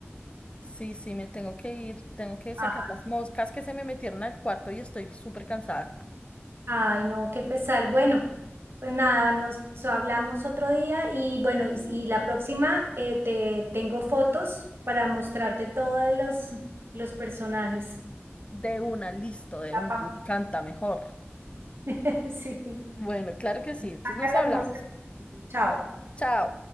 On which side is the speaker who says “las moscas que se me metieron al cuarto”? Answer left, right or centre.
Left